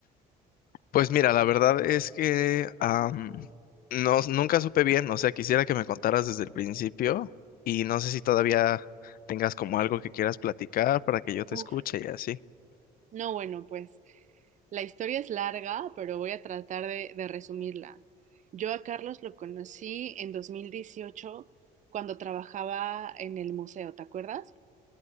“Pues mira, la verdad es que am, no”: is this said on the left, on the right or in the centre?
Left